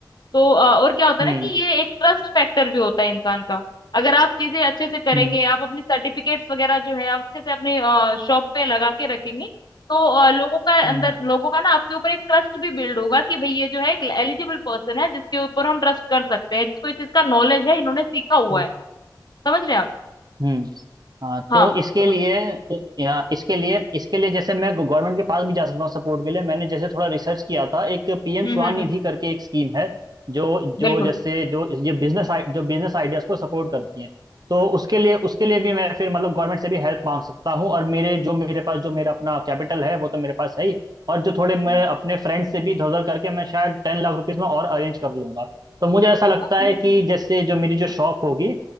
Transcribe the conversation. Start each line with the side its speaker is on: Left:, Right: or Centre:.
Left: तो अ, और क्या होता
Right: हम्म
Left: है ना कि ये एक ट्रस्ट फैक्टर भी होता है इंसान का अगर आप चीजें अच्छे से करेंगे
Right: हम्म
Left: आप अपनी सर्टिफिकेट्स वगैरह जो है आप अच्छे से अपने शॉप पे लगा के रखेंगे तो अ, लोगों का
Right: हम्म
Left: अंदर लोगों का ना आपके ऊपर एक ट्रस्ट भी बिल्ड होगा कि भाई ये जो है एक एलिजिबल पर्सन है जिसके ऊपर हम ट्रस्ट कर सकते हैं जिसको इस चीज का नॉलेज है इन्होंने सीखा हुआ
Right: हम्म,
Left: है समझ रहे हैं आप
Right: हम्म, हाँ
Left: हाँ
Right: तो इसके
Left: तो
Right: लिए तो या, इसके लिए इसके लिए जैसे मैं गवर्नमेंट के पास भी जा सकता हूँ सपोर्ट के लिए मैंने जैसे थोड़ा रिसर्च किया था एक पीएम
Left: हम्म
Right: स्वनिधि
Left: हम्म हम्म
Right: करके एक स्कीम है जो
Left: बिल्कुल
Right: जो जैसे जो ये बिजनेस जो बिजनेस आइडियाज को सपोर्ट करती है तो उसके लिए उसके लिए भी मैं फिर मतलब गवर्नमेंट से भी हेल्प मांग सकता हूँ और मेरे जो मेरे पास जो मेरा अपना कैपिटल है वो तो मेरे पास है ही और जो थोड़े मैं
Left: हम्म,
Right: अपने फ्रेंड्स से भी इधर उधर करके मैं शायद टेन लाख रुपीज में और अरेंज कर लूंगा तो मुझे ऐसा लगता
Left: हाँ,
Right: है
Left: बिल्कुल
Right: कि जैसे जो मेरी जो शॉप होगी